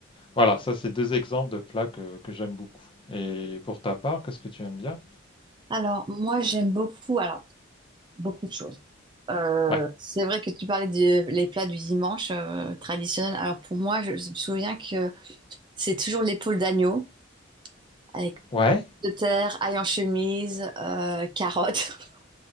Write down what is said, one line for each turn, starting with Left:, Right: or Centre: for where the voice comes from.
Left: Voilà, ça, c'est deux exemples de plats que, que j'aime beaucoup. Et pour ta part, qu'est-ce que tu aimes bien?
Right: Alors, moi, j'aime beaucoup, alors, beaucoup de choses. Euh,
Left: Ouais,
Right: c'est vrai que tu parlais des les plats du dimanche euh, traditionnels. Alors pour moi, je, je me souviens que c'est toujours l'épaule d'agneau avec
Left: ouais,
Right: de terre, ail en chemise, euh, carottes. <laughs>